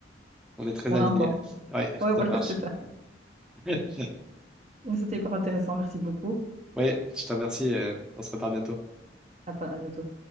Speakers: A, in the centre; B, on the right.
A: on est très
B: On
A: alignés.
B: a un plan.
A: Oui, <laughs>
B: Ouais, voilà,
A: ça marche.
B: <laughs> c'est ça.
A: <laughs>
B: C'était hyper intéressant. Merci beaucoup.
A: Oui, je te remercie. euh, On se reparle bientôt.
B: à pa- à bientôt.